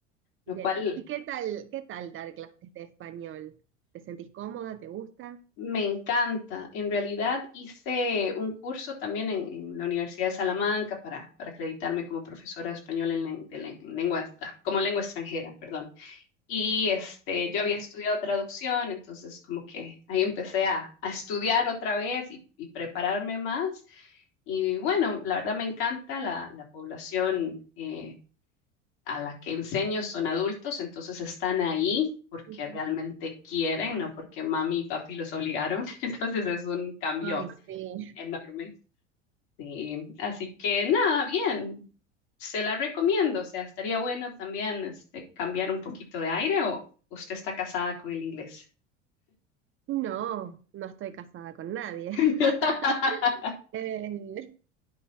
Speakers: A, on the left; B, on the right.
A: lo
B: Bien.
A: cual
B: ¿Y qué tal, qué tal dar clases de español? ¿Te sentís cómoda? ¿Te gusta?
A: me encanta. En realidad hice un curso también en, en la Universidad de Salamanca para, para acreditarme como profesora de español en, len- de len- en lenguas- ah, como lengua extranjera, perdón. Y este,
B: Ujú,
A: yo había estudiado traducción, entonces como que ahí empecé a, a estudiar otra vez y, y prepararme más. Y bueno, la verdad me encanta la, la población eh, a la que enseño son adultos, entonces están ahí porque
B: ujú.
A: realmente quieren,
B: Claro.
A: no porque mami y papi los obligaron. <laughs> Entonces es un cambio
B: Ay, sí.
A: enorme. Sí, así que nada, bien, se la recomiendo, o sea, estaría bueno también este, cambiar un poquito de aire o usted está casada con el inglés.
B: No, no estoy casada con nadie.
A: <laughs>
B: <laughs> Eh,